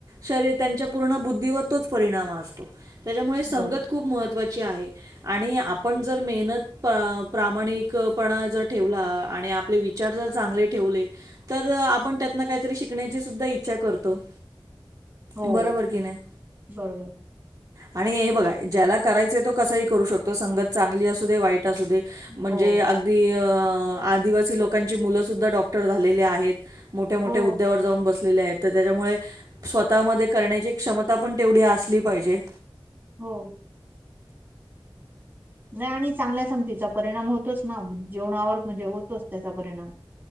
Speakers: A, on the right; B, on the right.
A: शरीर त्यांच्या पूर्ण बुद्धीवर तोच परिणाम असतो, त्याच्यामुळे संगत
B: बरोबर
A: खूप महत्त्वाची आहे. आणि आपण जर मेहनत, प प्रामाणिकपणा, जर ठेवला, आणि आपले विचार जर चांगले ठेवले, तर आपण त्यातनं काही शिकण्याची सुद्धा इच्छा करतो.
B: हो
A: बरोबर कि नाही,
B: बरोबर
A: आणि हे बघा ज्याला करायचंय तो कसाही करू शकतो, संगत चांगली असू दे, वाईट असू दे, म्हणजे
B: हो
A: दी आदिवासी लोकांची मुलं सुद्धा डॉक्टर झालेली आहेत. मोठ्या मोठ्या
B: हो
A: उद्यावर जाऊन बसलेले आहेत, तर त्याच्यामुळे स्वतः मध्ये करण्याची क्षमता पण तेवढी असली पाहिजे.
B: हो. नानी चांगल्या संगतीचा परिणाम होतोच ना, जीवनावर म्हणजे होतोच त्याचा परिणाम.